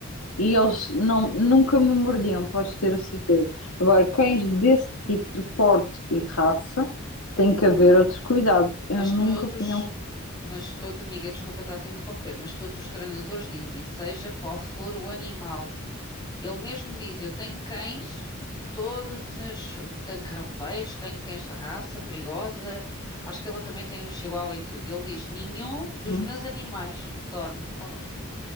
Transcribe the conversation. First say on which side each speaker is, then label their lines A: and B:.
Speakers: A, on the left; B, on the left.
A: E eles não, nunca me mordiam, podes ter a certeza. Agora, cães desse tipo de porte e raça, tem que haver outro cuidado.
B: Mas
A: Eu nunca
B: todos,
A: punha um.
B: mas todo, amiga, desculpa estar a te interromper, mas todos os treinadores dizem, seja qual for o animal, Ele mesmo diz: Eu tenho cães de todas as. Tenho rafeiros, tenho cães de raça perigosa. Acho que ele também tem um chihuahua e tudo. Ele diz: Nenhum dos
A: Uhum.
B: meus animais dorme connosco.